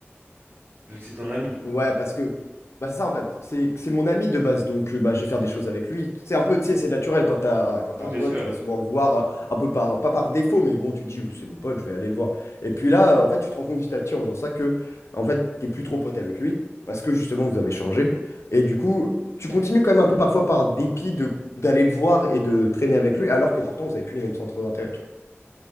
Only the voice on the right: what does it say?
vu que c'est ton ami.
Oui, bien
sûr.